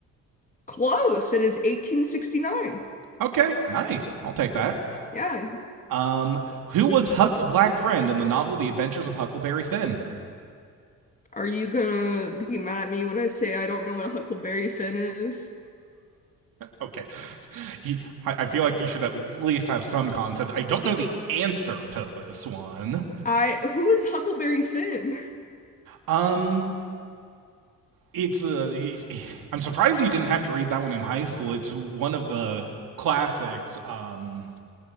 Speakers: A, on the left (about 25°); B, on the right (about 75°).
A: Close. It is 1869.
B: Okay, nice. I'll take that.
A: Yeah.
B: Um, who was Huck's black friend in the novel The Adventures of Huckleberry Finn?
A: Are you gonna be mad at me when I say I don't know what a Huckleberry Finn is?
B: Okay, he, I, I feel like he should at least have some concept. I don't know the answer to this one.
A: I who is Huckleberry Finn? <laughs>
B: Um, it's a. I'm surprised you didn't have to read that one in high school. It's one of the classics. Um,